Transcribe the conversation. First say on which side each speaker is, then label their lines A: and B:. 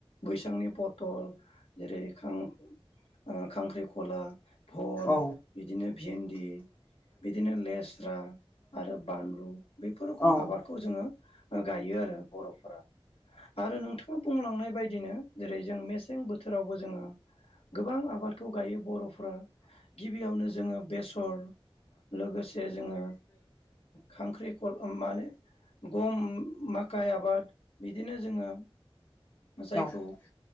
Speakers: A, on the left; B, on the left.
A: बैसांनि पथल जेरै खां ओ खांख्रिखला बल
B: औ
A: बिदिनो फिन्दि बिदिनो लेस्रा आरो बानलु बेफोर रोखोम
B: औ
A: आबादखौ जोङो। गायो आरो बर'फोरा आरो नोंथाङा बुंलांनाय बायदि। दिनो जेरै जों मेसें बोथोरावबो जोङो। गोबां आबादखौ गायो बर'फ्रा गिबियावनो जोङो बेसर लोगोसे जोङो खांख्रिखल मा होनो। गम माखाइ आबाद बिदिनो जोङो। जायखौ
B: औ